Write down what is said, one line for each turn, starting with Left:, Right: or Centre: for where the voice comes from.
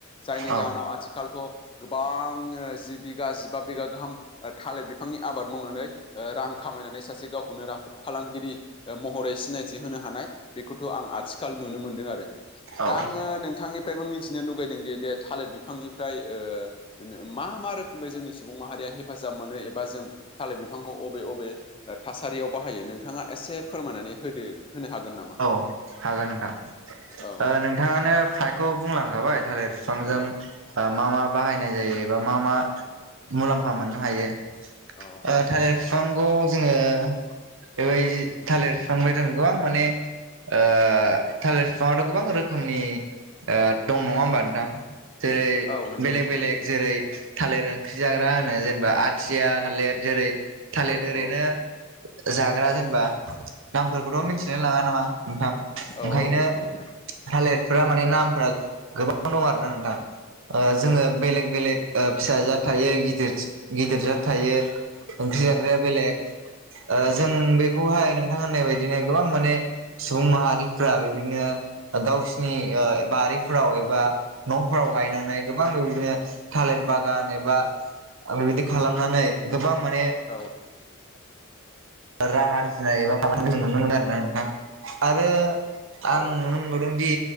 Left: जायनि
Right: औ
Left: जाहोनाव आथिखालथ' बां जि बिगा जिबा बिगा गाहाम ओ थालिर बिफांनि आबाद मावनानै ओ रां खामायनानै सासे गावखौनो राफोद फालांगिरि ओ महरै सिनायथि होनो हानाय बेखौथ' आं आथिखाल नुनो मोनदों आरो। दा
Right: औ
Left: आङो नोंथांनिफ्रायबो मिथिनो लुगैदों दि दे थालिर बिफांनिफ्राय ओ ओनो मा मा रोखोमै जोंनि सुबुं माहारिया हेफाजाब मोनो एबा जों थालिर बिफांखौ अबे अबे थासारियाव बाहायो नोंथाङा एसे फोरमायनानै होदो होनो हागोन नामा?
Right: औ हागोन नोंथां।
Left: औ
Right: ओ नोंथाङानो फ्रायखौ बुंलांखाबाय थालिर फिफांजों
Left: औ
Right: ओ मा मा बाहायनाय जायो एबा मा मा मुलाम्फा मोननो हायो
Left: औ
Right: ओ थालेर फिफांखौ जोङो बेबायदि थालिर फिफांनिफाय जों गोबां माने ओ थालिर फिफाङाथ' गोबां रोखोमनि ओ दं नङा होमबा नोंथां जेरै
Left: औ नंगौ
Right: बेलेग
Left: नोंथां
Right: बेलेग जेरै थालिर ओंख्रि जाग्रा होनो जेनबा आथिया थालिर जेरै थालिर
Left: औ
Right: ओरैनो
Left: औ
Right: जाग्रा जेनबा नामफोरखौथ'
Left: औ
Right: मिनथिलाय लाङा नङा नोंथां
Left: औ
Right: ओंखायनो
Left: औ नंगौ नोंथां
Right: थालिरफोरा माने नामफोरा गोबां दं आरो ना नोंथां ओ जोङो
Left: औ
Right: बेलेग बेलेग ओ फिसा जाथ थायो गिदिर-गिदिर जाथ थायो। ओंख्रि जाग्राया
Left: औ
Right: बेलेग ओ
Left: औ
Right: जों बेखौहाय नोंथां होननाय बायदिनो गोबां माने सुबुं माहारिफ्रा बेबिदनो गावसिनि ओ बारिफ्राव एबा न'फोराव गायनानै गोबां बिदिनो थालिर बागान एबा बेबायदि खालामनानै गोबां माने
Left: औ
Right: रां आरजिनाय एबा <unintelligible> नुनो मोनो आरोना नोंथां आरो
Left: नोंथां
Right: आं नुनो मोन दि